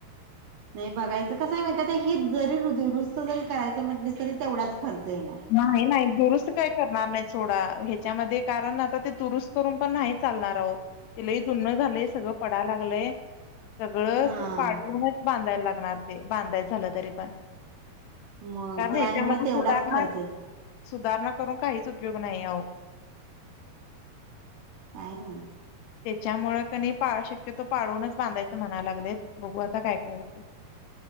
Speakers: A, on the right; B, on the left.
A: नाही बघायचं कसं हाय माहितीये का जरी दुरुस्त जरी करायचं म्हटलीस तरी तेवढाचं खर्च येणार.
B: नाही नाही दुरुस्त काय करणार नाही सोडा ह्याच्यामध्ये कारण आता ते दुरुस्त करून पण नाही चालणार आहो. ते लय जुनं झालंय सगळं पडायंला लागलंय. सगळं
A: हा
B: पाडूनच बांधायला लागणार ते बांधायचं झालं तरी पण.
A: मगं
B: कारण
A: ते
B: ह्याच्यामध्ये
A: आणि मगं तेवढाचं
B: सुधारणा
A: खर्च येणार.
B: सुधारणा करून काहीचं उपयोग नाही आहो.
A: नाय ना व्हतं.
B: त्याच्यामुळ कनय पा शक्यतो पाडूनच बांधायचं म्हणाय लागलेत बघू आता काय काय होते.